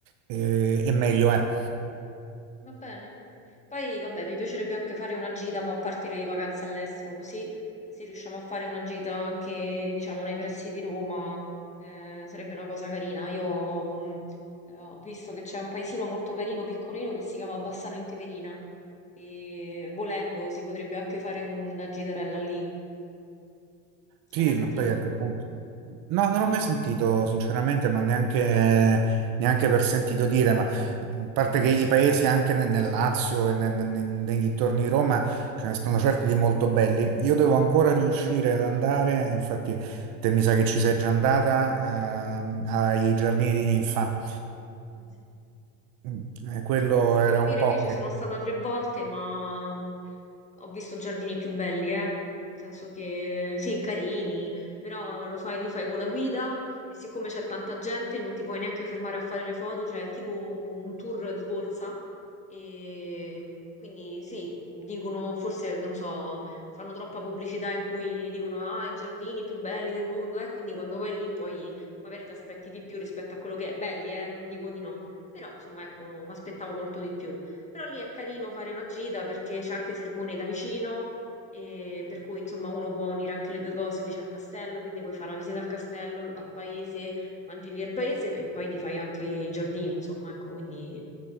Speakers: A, on the right; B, on the left.
A: eh, e meglio è.
B: va bene. Poi, vabbè, mi piacerebbe anche fare una gita, mo, a parte le vacanze all'estero, così se riusciamo a fare una gita anche, diciamo, nei pressi di Roma, eh, sarebbe una cosa carina. Io, mh, eh, ho visto che c'è un paesino molto carino, piccolino, che si chiama Bassano in Teverina, e volendo si potrebbe anche fare una gitarella lì.
A: Sì,
B: L'hai mai sentito?
A: ma poi ecco appunto. No, non l'ho mai sentito sinceramente, ma neanche, neanche per sentito dire, ma mhmm, a parte che i paesi anche nel, nel Lazio e nel- nel- nel- nei dintorni di Roma ce ne stanno certi di molto belli. Io devo ancora riuscire ad andare, infatti te mi sa che ci sei già andata, ehm, ai Giardini di Ninfa.
B: Ah, Sì,
A: Mm, eh, quello
B: Sì,
A: era
B: devo
A: un
B: dire
A: po'
B: che io ci
A: che
B: sono stata tre volte, ma ho visto giardini più belli, eh. Nel senso che sì, carini, però lo fai, li fai con la guida e siccome c'è tanta gente non ti puoi neanche fermare a fare le foto, cioè è tipo un tour di corsa. E quindi sì, dicono, forse non lo so, fanno troppa pubblicità in cui dicono ah, i giardini più belli del mondo, eh. Quindi quando vai lì poi magari ti aspetti di più rispetto a quello che è belli, eh, non dico di no però, insomma, ecco, mi aspettavo molto di più. Però lì è carino fare una gita perché c'è anche Sermone da vicino, e per cui, insomma, uno può unire anche le due cose. Lì c'è il castello, quindi puoi fare la visita al castello, al paese, mangi lì al paese e poi ti fai anche i giardini, insomma, ecco, quindi